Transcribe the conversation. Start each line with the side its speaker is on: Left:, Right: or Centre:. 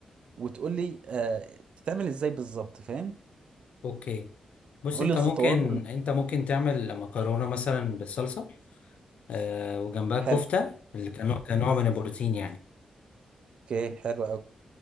Right: وتقول لي آه، بتتعمل ازاي بالظبط فاهم
Left: <laughs> اوكي بص
Right: قول
Left: انت
Right: لي الخطوات
Left: ممكن انت ممكن تعمل مكرونة مثلا بالصلصة آه، وجنبها
Right: حلو
Left: كفتة اللي كنوع كنوع من البروتين يعني
Right: اوكي حلو قوي